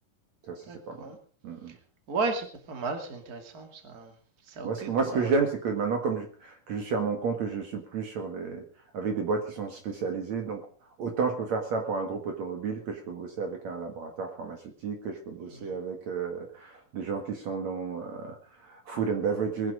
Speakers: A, on the right; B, on the right.
A: Ça aussi,
B: D'accord.
A: c'est pas mal. Mm, mm.
B: Ouais, c'est pas mal, c'est intéressant, ça, ça
A: Moi,
B: occupe
A: ce que, moi,
B: quoi.
A: ce que j'aime, c'est que maintenant, comme je, que je suis à mon compte, que je suis plus sur des, avec des boîtes qui sont spécialisées, donc autant je peux faire ça pour un groupe automobile, que je peux bosser avec un laboratoire pharmaceutique, que je peux bosser
B: Mhm.
A: avec euh, des gens qui sont dans euh, food and beverages,